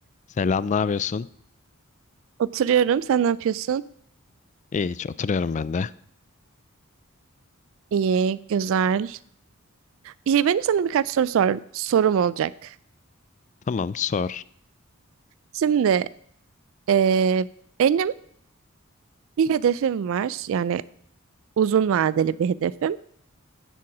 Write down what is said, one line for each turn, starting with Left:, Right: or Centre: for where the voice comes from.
Left: Selam, ne yapıyorsun?
Right: Oturuyorum. Sen ne yapıyorsun?
Left: İyi, hiç oturuyorum ben de.
Right: İyi, güzel. İyi, benim sana birkaç soru sor- sorum olacak.
Left: Tamam, sor.
Right: Şimdi eee, benim bir hedefim var. Yani uzun vadeli bir hedefim,